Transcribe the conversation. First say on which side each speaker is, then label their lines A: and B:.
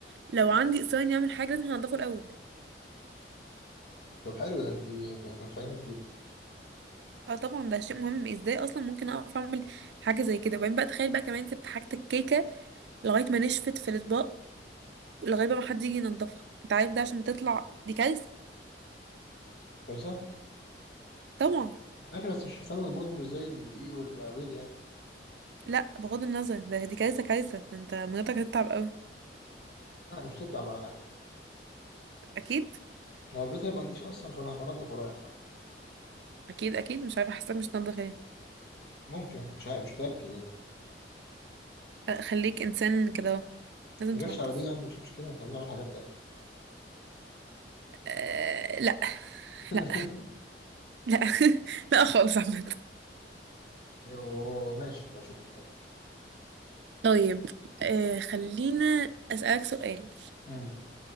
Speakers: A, on the right; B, on the left.
A: لو عندي إصرار إني أعمل حاجة لازم هنضفه الأول
B: طب حلو ده انت كان فاهمه كتير
A: اه طبعا ده شيء مهم ازاي اصلا ممكن اقف اعمل حاجه زي كده وبعدين بقى تخيل بقى كمان سبت حاجه الكيكه لغايه ما نشفت في الاطباق لغايه بقى ما حد يجي ينضفها انت عارف ده عشان تطلع دي كارثه
B: لسه
A: طبعا
B: ماشي بس الشوفان والموز مش زي الدقيق والبيض يعني
A: لا بغض النظر ده دي كارثه كارثه ده انت مراتك هتتعب قوي
B: لا مش تتعب ولا حاجه
A: اكيد
B: لو البيت هيبقى نضيف اصلا فانا هبقى انضف ورايح
A: اكيد اكيد مش عارفه حاسه مش تنضف ايه
B: ممكن مش عارف مش متاكد يعني
A: لا، خليك انسان كده اهو. لازم
B: ما
A: تنضف
B: جاتش على دي يعني مش مشكله احنا بنعمل حاجات تانيه
A: أه لا
B: <laughs>
A: لا لا <laughs> لا خالص عامه
B: يو ماشي أبقى اشوف
A: طيب أه خلينا اسالك سؤال
B: امم